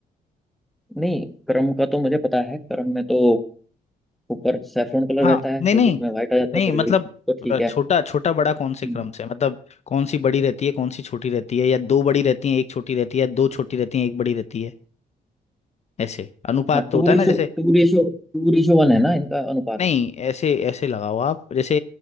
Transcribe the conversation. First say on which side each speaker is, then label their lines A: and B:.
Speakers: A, in the centre; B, on the left.
A: नहीं क्रम का तो मुझे पता है क्रम में तो ऊपर सैफरन कलर
B: हाँ
A: रहता है
B: नहीं
A: फिर
B: नहीं
A: बीच में व्हाइट आ जाता
B: नहीं
A: है फिर
B: मतलब
A: ग्रीन तो ठीक
B: अ, छोटा
A: है
B: छोटा बड़ा कौन से
A: हम्म,
B: क्रम से मतलब कौन सी बड़ी रहती है कौन सी छोटी रहती है या दो बड़ी रहती है एक छोटी रहती है दो छोटी रहती है एक बड़ी रहती है ऐसे अनुपात
A: हाँ
B: तो
A: टू
B: होता
A: रेशो
B: है ना जैसे
A: टू रेशो टू रेशो वन है ना इनका अनुपात
B: नहीं ऐसे ऐसे लगाओ आप जैसे